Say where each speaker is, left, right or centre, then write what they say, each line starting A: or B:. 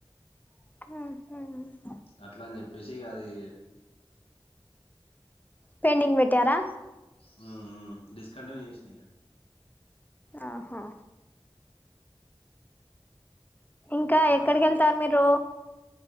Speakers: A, on the left; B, on the left.
A: హ
B: అట్లా అని చెప్పేసి కాది
A: పెండింగ్ పెట్టారా
B: హ్మ్మ్ డిస్ కంటిన్యూ చేసినా ఇంకా
A: ఆహా ఇంకా ఎక్కడికి వెళ్తారు మీరు